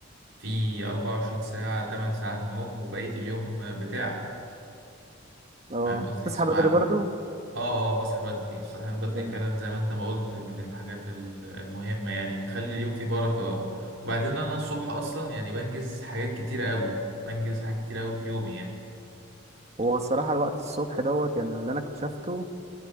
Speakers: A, on the right; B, on the right.
A: فيه 24 ساعة 8 ساعات نوم وبقية اليوم بتاعك
B: اه
A: فاهم قصدي؟
B: تصحى
A: اسمع
B: بدري برضو
A: اه اه بصحى بدري الصحيان بدري
B: جامد
A: فعلا زي ما انت ما قلت من الحاجات ال- المهمة يعني بتخلي اليوم فيه بركة وبعدين انا الصبح اصلا يعني بنجز حاجات كتيرة قوي بنجز حاجات كتيرة قوي في يومي يعني
B: هو الصراحه الوقت الصبح دوت يعني اللي انا اكتشفته